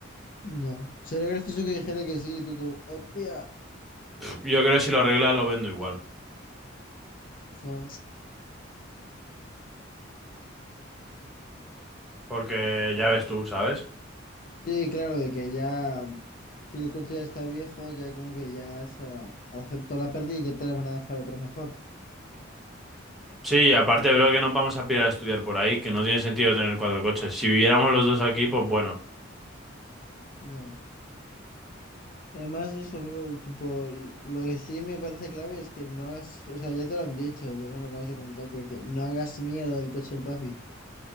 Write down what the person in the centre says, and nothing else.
Yo creo que si lo arregla, lo vendo igual.
Porque ya ves tú, ¿sabes?
Sí, aparte, bro, que nos vamos a pirar a estudiar por ahí, que no tiene sentido tener cuatro coches. Si viviéramos los dos aquí, pues bueno.